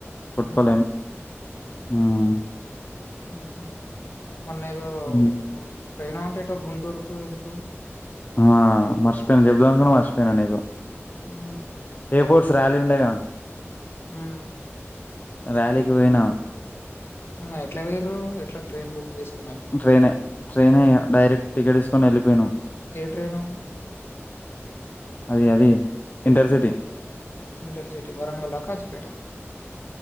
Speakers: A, on the left; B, on the left.
A: కొట్కలేం
B: హుహు.
A: హ్మ్
B: మ్మ్ హు మొన్న ఏదో
A: హ్మ్.
B: ఓట్ పోయినవంట ఎటో గుంటూరుకు ఎందుకో
A: ఆ మర్చిపోయినా చెబదాం అనుకున్నా మర్చిపోయినా నీకు
B: హ్మ్.
A: స్పోర్ట్స్ ర్యాలీ ఉండేగా
B: హ
A: ర్యాలీకి పోయినా
B: నా ఎట్లా వేరు ఎట్లా ట్రైన్ బుక్ చేసు
A: ట్రైనే ట్రైనే ఇగ డైరెక్ట్ టికెట్ తీసుకొని వెళ్ళిపోయినాం
B: ఏ ట్రైను?
A: అది అది ఇంటర్సిటీ
B: ఇంటర్ సిటీ వరంగల్లా ఖాచిపేఠా